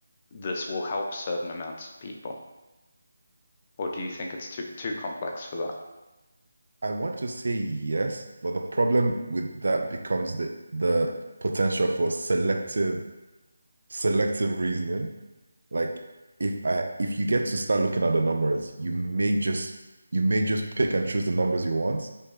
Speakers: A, on the left; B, on the right.
A: this will help certain amounts of people. Or do you think it's too too complex for that?
B: I want to say yes, but the problem with that becomes the the potential for selective selective reasoning. Like if I if you get to start looking at the numbers, you may just you may just pick and choose the numbers you want.